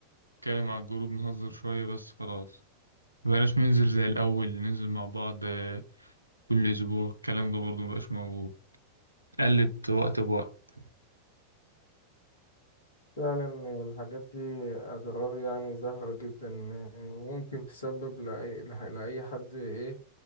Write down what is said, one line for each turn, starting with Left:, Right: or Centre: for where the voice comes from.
Right: نتكلم على الجروب نهزر شوية بس خلاص مبقناش ننزل زي الأول ننزل مع بعض آه، كل أسبوع الكلام ده برضو مبقاش موجود قلت وقت بوقت
Left: فعلا الحاجات دي أضرار يعني ظاهرة جدا وممكن تسبب لأي, لح- لأي حد إيه